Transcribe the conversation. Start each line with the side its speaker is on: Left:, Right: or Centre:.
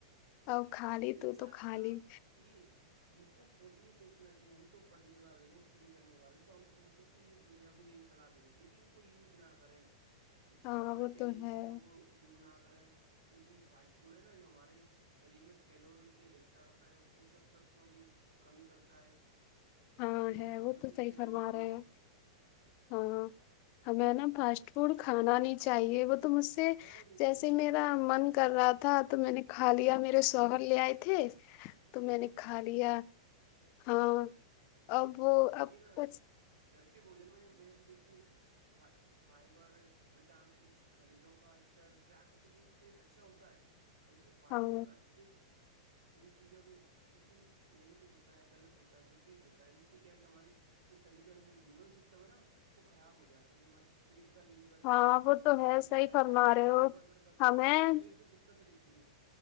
Left: ا خالی
Right: انشاء
Left: تو تو
Right: اللہ
Left: خالی
Right: یہ ہم کو خود یہ سوچنا چاہیے ہم تو پڑھنے والے ہیں اسٹڈی کرنے والے ہیں تو ہم تم کو تو یہ دنیا کو یہی سلاح دینی چاہیے کہ ان کو یوز نہ کریں
Left: ہاں
Right: گھر بیٹھے
Left: وہ تو
Right: ان
Left: ہے
Right: چیزوں کو اپیوگ نہ کریں کیونکہ فاسٹ فوڈ ہے نا جو ہمارے شریر میں کیلوری کی ادھیکتا کرتا ہے اور پوشک تتووں کی کمی کرتا ہے
Left: ہاں
Right: جو کہ
Left: ہے
Right: بوجن
Left: وہ تو
Right: کے
Left: صحیح
Right: سیم
Left: فرما
Right: وپریت
Left: رہے
Right: ہے
Left: ہیں ہاں ہمیں نا پ پ کھانا نہیں چاہیے وہ تو مجھ سے
Right: کھانا ہی نہیں
Left: جیس
Right: چاہیے سچ
Left: میرا
Right: بات تو
Left: من
Right: یہ
Left: کر رہا تھا تو میں نے کھ لیا میرے شوہر لے آئے تھے تو میں نے
Right: ماشاء
Left: کھا
Right: اللہ
Left: لیا ہاں اب وہ
Right: دیکھیے
Left: اب
Right: نا
Left: کچھ
Right: گھر کے بوجن میں میم دیکھیے فائبر وٹامنس خنیجوں کا استر پراکرتک روپ سے اچھا ہوتا ہے بلکہ پاسپورٹ
Left: ہم
Right: اتدھک ان چیزوں کے پرتی نیگیٹو ہوتا ہے غلط ہوتا ہے وپریت ہوتا ہے ان سے کیا کہ ہمارے جو شریر کے اندر یومن سسٹم ہے نا وہ خراب ہو جاتا ہے جو ہمارے پیٹ کا لیور ہے
Left: ہاں وہ
Right: جو
Left: تو
Right: کھانے
Left: ہے
Right: کو
Left: صحیح
Right: بچاتا
Left: فرما
Right: ہے
Left: رہے ہو
Right: وہ گڑبڑ کرتا
Left: ہمیں
Right: ہے پیٹ میں د قتریتی ہے